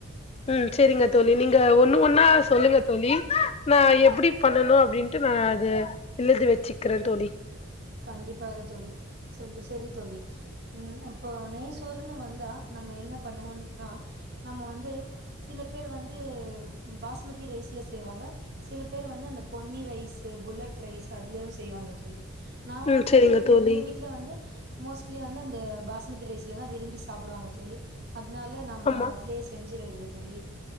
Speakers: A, on the left (about 30°); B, on the right (about 50°).
A: ம் சேரிங்க தோழி நீங்க ஒண்ணு ஒன்னா சொல்லுங்க தோழி நா எப்டி பண்ணணோ அப்டின்ட்டு நா அத எழுதி வெச்சுக்கிற தோழி
B: கண்டிப்பாக தோழி சொல்லு சேரி தோழி ம் ஹப் இப்போ நெய் சோறுன்னு வந்தா நம்ம என்ன பண்ணுவோனா நம்ம வந்து சில பேர் வந்து பாஸ்மதி ரைஸ்ல செய்வாங்க சில பேரு வந்து அந்த பொன்னி ரைஸ் புல்லட் ரைஸ் அதுலயு செய்வாங்க தோழி நாம
A: ம்
B: வந்த
A: செரிங்க தோழி
B: எங்க வீட்ல வந்து மோஸ்ட்லி வந்து அந்த பாஷ் மதி ரைஸ்லதா விரும்பி சாப்புடுவாங்க தோழி அதனால நம்ம
A: ஆமா
B: அதுலயே செஞ்சுடறது தோழி